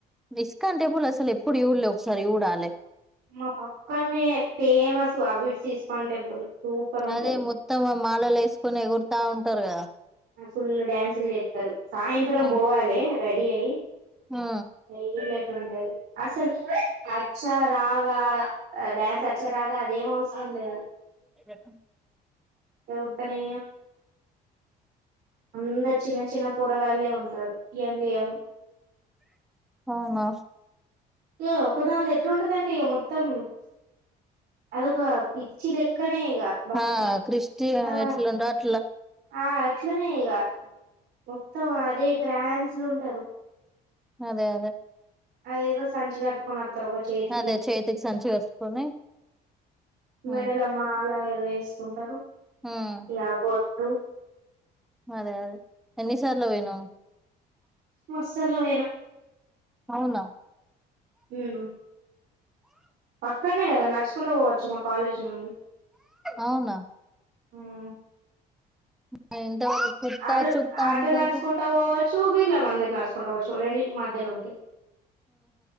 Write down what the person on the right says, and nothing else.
మా పక్కనే famous Abids ISKCON temple super ఉంటది
ఫుల్లు డ్యాన్సులు చేత్తరు సాయంత్రం
పోవాలే రెడీ అయ్యి
హైలెట్ ఉంటది అసలు అచ్చా రావా డ్యాన్స్ అచ్చా రాదా అదేం అవసరం లే
ఎగురుతనే అంతా చిన్న చిన్న పోరగాళ్లే ఉంటరు యంగ్ యంగ్
ఏ ఒకదానిదే ఎట్లుంటదంటె మొత్తం అదొక పిచ్చి లెక్కన మే ఇగ భక్తి
ఆ
ఆ అట్లనే ఇగ మొత్తం అదే ట్రాన్స్లు ఉంటరు
అదేదో సంచి కట్టుకుని వత్త తరు ఒక చేతికి
మెడలో
మాల వేసుకుంటారు
ఇగ బోట్టు
మస్త్ సార్లు పోయిన
హ్మ్ అక్కడనే కదా నడుచుకుంటూ పోవచ్చు మా కాలేజీ నుండి
హ్మ్
అటు
అటు
నడుచుకుంటా పోవచ్చు బీర్లా మందిర్ నడుస్ స్ కుంటపోవచ్చు రెండిటికి మధ్యలో ఉంటాయి